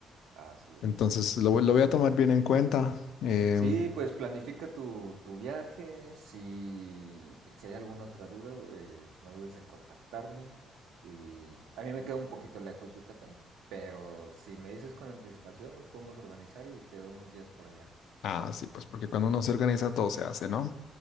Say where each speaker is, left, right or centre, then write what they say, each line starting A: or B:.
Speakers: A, on the right; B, on the left.
A: Así
B: Entonces,
A: es.
B: lo, voy- lo voy a tomar bien en cuenta. Em,
A: Sí, pues planifica tu, tu viaje. Si, si hay alguna otra duda, eh, no dudes en contactarme. Y a mí me queda un poquito lejos Yucatán, pero si me dices con anticipación, nos podemos organizar y te veo unos días por allá.
B: ah, sí, pues porque cuando uno se organiza, todo se hace, ¿no?